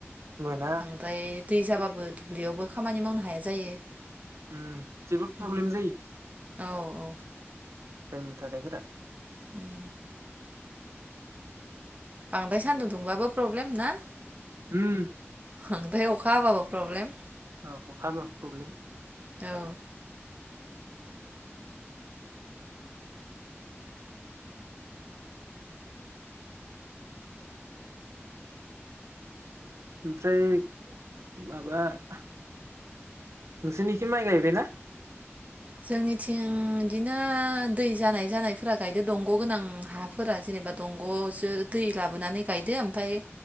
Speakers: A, on the right; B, on the right.
A: मोना
B: बांद्राय दै जाबाबो
A: ए
B: दुब्लियावबो खामानि मावनो हाया जायो।
A: उम जोबोद प्रब्लेम
B: उम
A: जायो।
B: औ औ
A: थावनाय थानाय फोरा
B: उम बांद्राय सान्दुं दुंबाबो प्रब्लेम ना?
A: उम।
B: बांद्राय अखा ब्लाबो प्रब्लेम
A: औ अखा हाब्लाबो प्रब्लेम।
B: औ
A: ओमफ्राय माबा नोंसोरनिखि माइ गायबायना?
B: जोंनिथिं बिदिनो दै जानाय जानायफोरा गायदो दंग गोनां हाफोरा जेनेबा दंग जो दै लाबोनानै गायदो ओमफफ्राय